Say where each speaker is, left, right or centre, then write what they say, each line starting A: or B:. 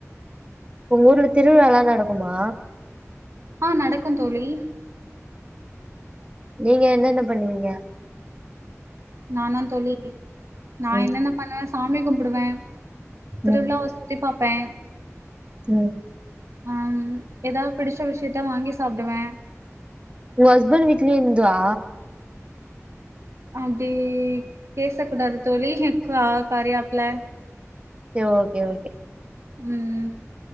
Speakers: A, on the right; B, on the right.
A: ஒங்க ஊர்ல திருவிழாலா நடக்குமா?
B: ஆஹ் நடக்கு தோழி
A: நீங்க என்னென்ன பண்ணுவிங்க
B: நானா தோழி நா
A: ம்
B: என்னென்ன பண்ணுவே ச சாமி கும்பிடுவே த்ருவிழாவ
A: ம்
B: சுத்தி பாப் பே
A: ம்
B: ஆஹ்ம் எதாவது பிடிச்ச விஷயத்த வாங்கி சாப்டுவே
A: ஒங்க ஹஸ்பண்ட்டு வீட்ல இருந்தா
B: அப்டி பேசக்கூடாது தோழி க கரியாப்ல
A: சே ஓகே ஓகே
B: உம் ம்